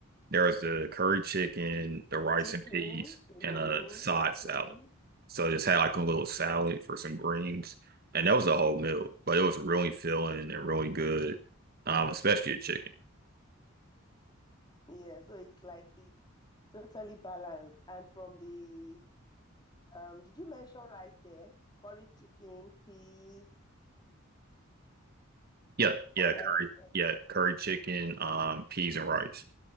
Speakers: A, on the right (about 45°); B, on the left (about 20°).
A: There was the curry chicken, the rice
B: Chicken.
A: and peas,
B: Mm-hmm.
A: and a side salad.
B: mm
A: So just had like a little salad for some greens, and that was a whole meal. But it was really filling and really good, um, especially the chicken.
B: Yeah, so it's like it's totally balanced. And from the um, did you mention rice there? Curry chicken, peas,
A: Yeah, yeah,
B: what
A: curry,
B: else?
A: yeah, curry chicken, um, peas and rice.